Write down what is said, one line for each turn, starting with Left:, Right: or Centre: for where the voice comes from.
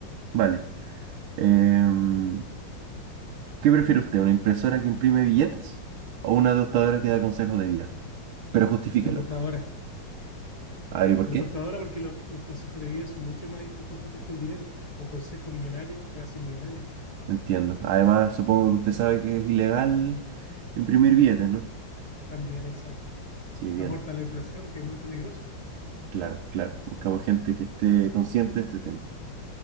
Right: Vale. Em, ¿qué prefiere usted? ¿Una impresora que imprime billetes o una tostadora que da consejos de vida? Pero justifíquelo.
Left: La tostadora.
Right: A ver, ¿y por
Left: La
Right: qué?
Left: tostadora porque los, los consejos de vida son mucho más importantes que el dinero. Un consejo millonario te hace millonario.
Right: Entiendo. Además, supongo que usted sabe que es ilegal imprimir billetes, ¿no?
Left: También, exacto.
Right: Sí, bien.
Left: Aporta a la inflación, que es muy peligroso.
Right: Claro, claro. Buscamos gente que esté consciente de este tema.